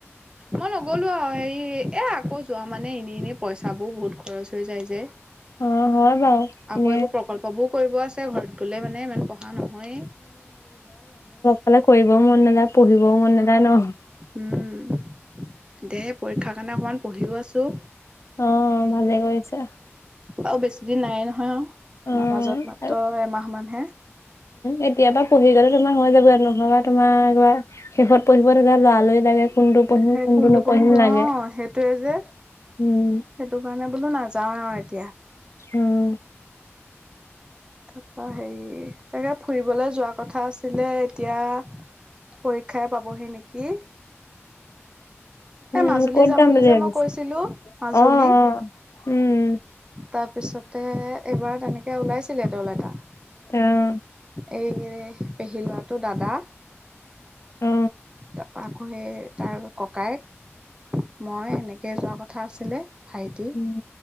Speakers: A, on the right (about 20°); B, on the left (about 85°).
A: মই নগলো আৰু হেৰি। এ আকৌ যোৱা মানে এনেই এনেই পইচাবোৰ বহুত খৰচ হৈ যায় যে।
B: অ' হয় বাৰু
A: আকৌ
B: এনে
A: এইবোৰ প্ৰকল্পবোৰ। কৰিব আছে ঘৰত গলে মানে ইমান পঢ়া নহয়ে।
B: ফলে কৰিবও মন নাযায় পঢ়িবও মন নাযায় ন।
A: উম। দে পৰীক্ষা কাৰণে অকমান পঢ়িও আছো।
B: অ' ভালে কৰিছা।
A: আৰু বেছি দিন নাইে নহয় অ তোমাৰ
B: অ'
A: মাজত মাত্ৰ এমাহ মানহে।
B: এতিয়া পৰা পঢ়ি গ'লে তোমাৰ হৈ যাব আৰু নহয়বা তোমাৰ একেবাৰ শেষত পঢ়ি। কব স লৰা লই লাগে কুনতো পঢ়িম কুনতো
A: কোনটো
B: নপহিম
A: পঢ়িম কোন
B: লাগে।
A: অ সেইটোৱে যে
B: উম,
A: সেইটো কাৰণে বোলো নাযাওৱে আৰু এতিয়া।
B: উম।
A: তাপা হেৰি তাকে ফুৰিবলৈ যোৱা কথা আছিলে এতিয়া। পৰীক্ষাই পাবহি নেকি।
B: উম,
A: এ মাজুলী
B: ক'ত
A: যাম বুলি যে
B: ভাবিছা?
A: মই কৈছিলো মাজুলী।
B: অ', অ'। উম,
A: তাৰপিছতে এইবাৰ তেনেকে ওলাইছিলে দল এটা।
B: অহ।
A: এই পেহী লৰাটো দাদা।
B: অ।
A: তাপ আকৌ সেই তাৰ ককায়েক মই এনেকে যোৱা কথা আছিলে। ভাইটি
B: উম